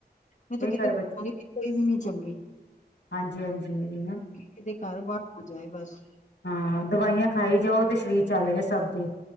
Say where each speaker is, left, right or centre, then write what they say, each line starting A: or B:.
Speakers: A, on the left; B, on the left.
A: ਮੈਂ
B: ਕੋਈ
A: ਤੇ ਕੈ
B: ਘਰ
A: ਰੀ ਬੀਮਾਰੀ, ਕੋਈ ਵੀ ਨੀ ਚੰਗੀ।
B: ਹਾਂਜੀ-ਹਾਂਜੀ, ਏਹ ਨਾ
A: ਕਿਸੇ ਦੇ ਘਰ ਵਾੜ ਨਾ ਜਾਏ ਬਸ।
B: ਹਾਂ, ਦਵਾਈਆਂ ਖਾਈ ਜਾਓ ਤੇ ਸਰੀਰ ਚੱਲ ਰ‌ਏ ਸਭ ਦੇ,